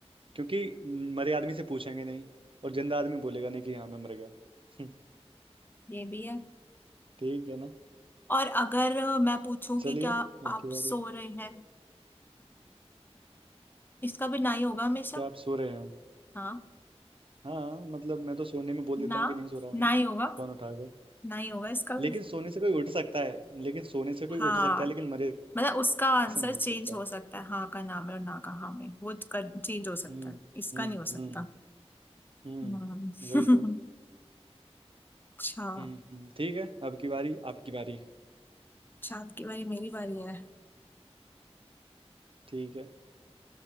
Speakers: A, on the right; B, on the left.
A: क्योंकि मरे आदमी से पूछेंगे नहीं और जिंदा आदमी बोलेगा नहीं कि हाँ मैं मर गया <laughs>
B: ये भी है
A: ठीक है ना
B: और अगर अ, मैं पूछूं कि
A: चलिए
B: क्या
A: अब
B: आप
A: की बारी
B: सो रहे हैं इसका भी ना ही होगा हमेशा
A: क्या आप सो रहे हैं
B: हाँ
A: हाँ मतलब मैं तो सोने में बोल देता
B: ना
A: हूँ कि नहीं सो रहा मैं
B: ना ही होगा
A: फोन उठा कर
B: ना ही होगा इसका भी
A: लेकिन सोने से कोई उठ सकता है लेकिन सोने से
B: हाँ
A: कोई उठ सकता है लेकिन मरे
B: मतलब उसका आंसर
A: से नहीं उठ
B: चेंज
A: सकता
B: हो सकता है हाँ का नाम है और ना का हाँ में वो चेंज हो सकता
A: हम्म
B: है इसका
A: हम्म
B: नहीं हो
A: हम्म
B: सकता
A: हम्म
B: हम्म।
A: वही तो
B: <laughs> अच्छा
A: हम्म ठीक है अब की बारी आपकी बारी
B: अच्छा आपकी बारी मेरी बारी है
A: ठीक है